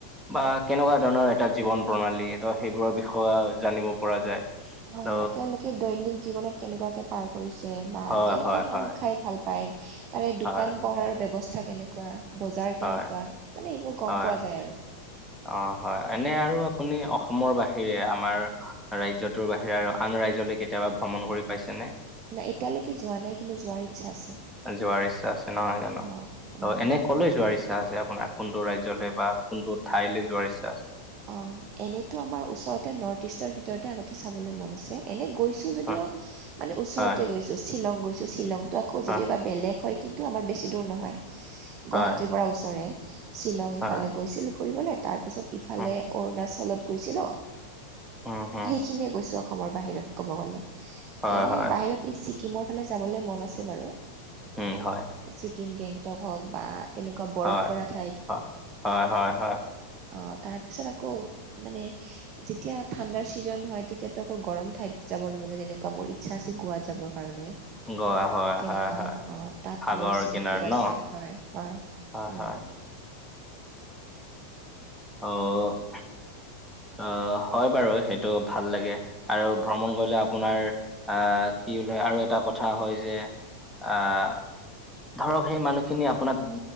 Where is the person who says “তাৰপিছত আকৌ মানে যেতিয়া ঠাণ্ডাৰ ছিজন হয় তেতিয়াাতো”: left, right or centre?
Right